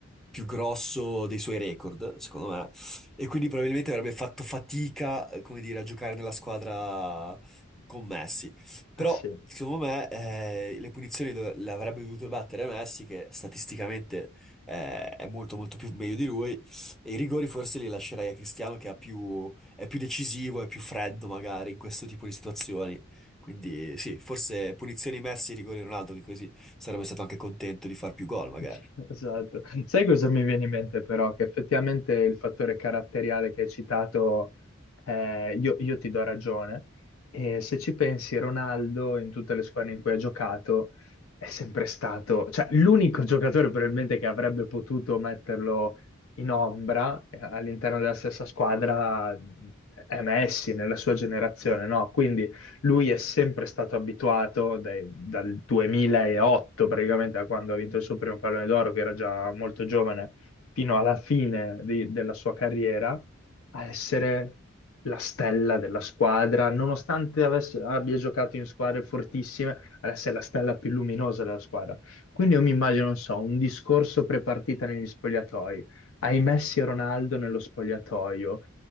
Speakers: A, in the centre; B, on the left.
A: più grosso dei suoi record, secondo me, e quindi probabilmente avrebbe fatto fatica, eh, come dire, a giocare nella squadra con Messi. Però,
B: Ah sì,
A: secondo me, eh, le punizioni dove- le avrebbe dovute battere Messi, che statisticamente eh, è molto molto più meglio di lui, e i rigori forse li lascerei a Cristiano, che ha più- è più decisivo, è più freddo magari in questo tipo di situazioni. Quindi sì, forse punizioni Messi, rigori Ronaldo, che così sarebbe stato anche contento di far più gol magari.
B: <laughs> Esatto. Sai cosa mi viene in mente però? Che effettivamente il fattore caratteriale che hai citato, eh, io, io ti do ragione. E se ci pensi, Ronaldo in tutte le squadre in cui ha giocato è sempre stato, cioè l'unico giocatore probabilmente che avrebbe potuto metterlo in ombra eh, all'interno della stessa squadra mh, è Messi nella sua generazione, no? Quindi lui è sempre stato abituato dai- dal 2008, praticamente da quando ha vinto il suo primo pallone d'oro, che era già molto giovane, fino alla fine di- della sua carriera, a essere la stella della squadra, nonostante avesse- abbia giocato in squadre fortissime, adesso è la stella più luminosa della squadra. Quindi io mi immagino, non so, un discorso prepartita negli spogliatoi, ai Messi e Ronaldo nello spogliatoio